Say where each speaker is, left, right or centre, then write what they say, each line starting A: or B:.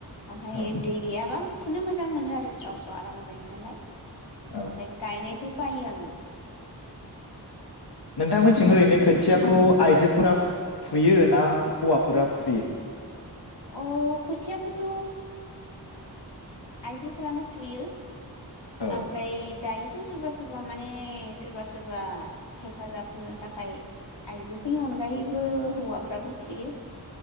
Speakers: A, on the left (about 85°); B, on the left (about 70°).
A: ओमफाय
B: औ
A: दै गैयाबा फुनो मोजां मोनो आरो स्राव स्राव आराम जायोनालाय
B: औ
A: ओमफ्राय गायनायखौ बायो आङो
B: नोंथांमोनथिं
A: गायनायखौ
B: ओरैनो खोथियाखौ
A: गाया
B: आइजो फोर फुयो ना हौवाफोरा फुयो
A: अ खोथियाखौथ आइजोफोरानो फुयो
B: औ
A: ओमफ्राय दायो थ सोरबा सोरबा माने सोरबा सोरबा हेफाजाब होनो थाखाय आइजोफोरनि अनगायैबो हौवाफ्राबो फुयो